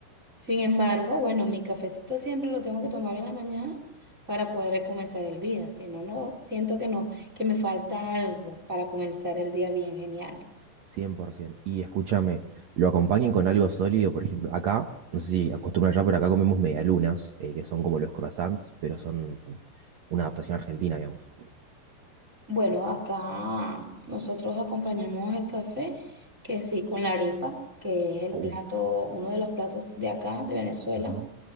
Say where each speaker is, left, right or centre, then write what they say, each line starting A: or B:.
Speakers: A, on the right; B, on the right.
A: Sin embargo, bueno, mi cafecito siempre lo tengo que tomar en la mañana para poder comenzar el día. Si no, no, siento que no, que me falta algo para comenzar el día bien genial.
B: 100%. Y escúchame, lo acompañen con algo sólido, por ejemplo, acá, no sé si acostumbran ya, pero acá comemos medialunas, eh, que son como los croissants, pero son una adaptación argentina, digamos.
A: Bueno, acá nosotros acompañamos el café, que sí, con la arepa, que es el
B: Oh,
A: plato, uno de los platos de acá, de Venezuela,
B: Ajá.